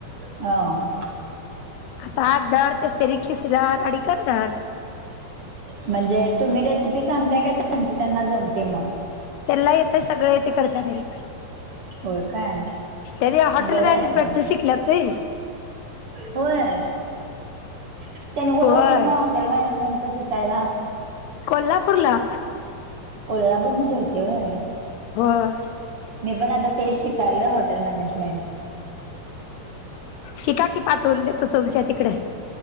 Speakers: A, on the right; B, on the left.
A: ह
B: आता आठ <unintelligible> कसंतरी खिसणांर आणि करणारं.
A: म्हणजे तुम्ही रेसिपी सांगताय का? त्यांच त्यांना जमतयं मग.
B: तेनला येतयं. सगळ येतयं, करत्या घरी.
A: होय काय
B: तेनी हॉटेल
A: बरं
B: मॅनेजमेंटच
A: आहे की मग.
B: शिकल्यात कनी.
A: होय. त्यानी कुठं
B: होय
A: होती मग हॉटेल मॅनेजमेंटच शिकायला?
B: कोल्हापूरला.
A: कोल्हापूरमध्ये होते होय.
B: होय
A: मी पण आता तेच शिकायलोय हॉटेल मॅनेजमेंट.
B: शिका की पाठवून देतो तुमच्या तिकडं.